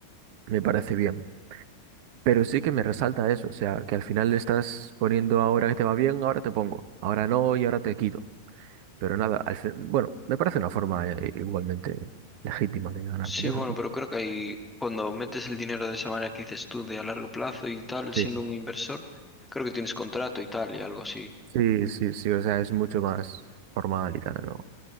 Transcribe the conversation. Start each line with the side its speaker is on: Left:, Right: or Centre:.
Right: me parece bien. Pero sí que me resalta eso, o sea, que al final le estás poniendo ahora que te va bien, ahora te pongo, ahora no y ahora te quito. Pero nada, al fin- bueno, me parece una forma eh, igualmente legítima de ganar
Centre: Sí,
Right: dinero.
Centre: bueno,
Right: ¿no?
Centre: pero creo que ahí, cuando metes el dinero de esa manera que dices tú, de a largo plazo y tal, siendo
Right: Sí,
Centre: un inversor, creo que tienes contrato y tal, y algo así.
Right: sí, sí, sí, o sea, es mucho más formal y tal, ¿no?